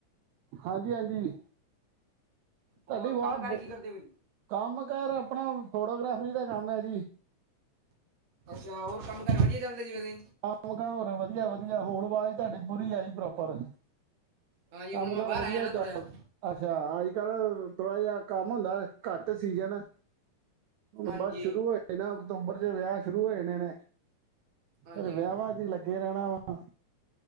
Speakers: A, on the right; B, on the right.
A: ਹਾਂਜੀ-ਹਾਂਜੀ। ਤੁਹਾਡੀ
B: ਹੋਰ
A: ਆਵਾਜ਼
B: ਕੰਮ ਕਾਰ
A: ਬੋ,
B: ਕੀ ਕਰਦੇ ਹੋ ਵੀਰ ਜੀ
A: ਕੰਮ-ਕਾਰ ਆਪਣਾ ਫੋਟੋਗ੍ਰਾਫਰੀ ਦਾ ਕੰਮ ਐ ਜੀ।
B: ਅੱਛਾ, ਹੋਰ ਕੰਮ-ਕਾਰ ਵਧੀਆ ਚੱਲਦਾ ਜੀ <unintelligible>
A: ਕੰਮ-ਕਾਰ ਹੋਰ ਵਧੀਆ-ਵਧੀਆ, ਹੁਣ ਆਵਾਜ਼ ਤੁਹਾਡੀ ਪੂਰੀ ਆਈ ਪ੍ਰੋਪਰ।
B: ਹਾਂਜੀ
A: ਕੰਮ-ਕਾਰ
B: ਹੁਣ ਮੈਂ ਬਾਹਰ
A: ਵਧੀਆ
B: ਆਇਆ ਨਾ
A: ਚੱਲਦ
B: ਥੋੜਾ ਜਿਹਾ
A: ਅੱਛਾ ਅੱਜ-ਕੱਲ੍ਹ ਥੋੜ੍ਹਾ ਜਿਹਾ ਕੰਮ ਹੁੰਦਾ ਘੱਟ ਸੀਜ਼ਨ ਹੁਣ
B: ਹਾਂਜੀ
A: ਬਸ ਸ਼ੁਰੂ ਹੋਏ ਨਾ ਅਕਤੂਬਰ ਚ ਵਿਆਹ ਸ਼ੁਰੂ ਹੋਏ ਨੇ ਨੇ
B: ਹਾਂਜੀ
A: ਫੇਰ ਵਿਆਹਾਂ ਚ ਲ ਲੱਗੇ ਰਹਿਣਾ ਵਾ।